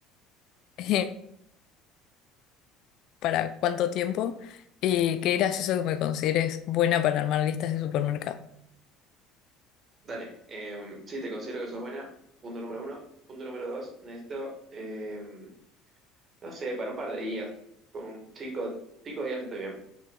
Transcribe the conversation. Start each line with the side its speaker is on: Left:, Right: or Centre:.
Left: <laughs> ¿Para cuánto tiempo? Y qué gracioso que me consideres buena para armar listas de supermercado.
Right: Dale, em, sí, te considero que sos buena, punto número uno. Punto número dos, necesito, em, no sé, para un par de días, con cinco, cinco días estoy bien.